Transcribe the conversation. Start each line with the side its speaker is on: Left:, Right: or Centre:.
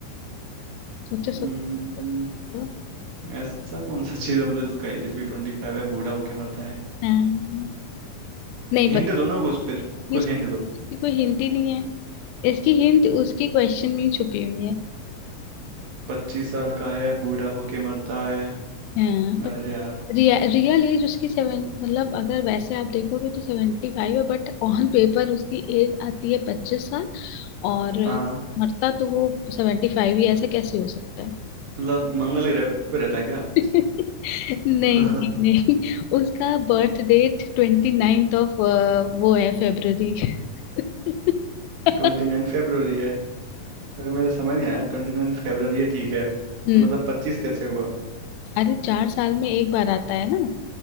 Left: सोचो
Right: हम्म
Left: सोचो
Right: ऐसा कौन सा चीज है मतलब जिसका एज भी ट्वेंटी फाइव है बूढ़ा होके मरता है
Left: हाँ, नहीं
Right: हिंट
Left: पता
Right: दो ना कुछ फिर कुछ
Left: इसकी
Right: हिंट दो
Left: कोई हिंट ही नहीं है इसकी हिंट उसकी क्वेश्चन में ही छुपी हुई है
Right: पच्चीस साल का है बूढ़ा होके मरता है
Left: हाँ, पर
Right: अरे यार
Left: रिया, रियल एज उसकी सेवन मतलब अगर वैसे आप देखोगे तो सेवेंटी फाइव है बट ऑन पेपर उसकी एज आती है पच्चीस साल और
Right: हाँ
Left: मरता तो वो सेवेंटी फाइव ही है, ऐसा कैसे हो सकता है
Right: मतलब मंगल ग्रह पे रहता है क्या
Left: <laughs> नहीं
Right: <laughs>
Left: नहीं नहीं उसका बर्थ डेट ट्वेंटी नाइन्थ ऑफ वो है फेब्रवरी <laughs>
Right: ट्वेंटी नाइन फेब्रुवरी है अरे मेरे समझ नहीं आया ट्वेंटी नाइन फेब्रुवरी है ठीक है
Left: हम्म
Right: तो मतलब पच्चीस कैसे हुआ
Left: अरे चार साल में एक बार आता है ना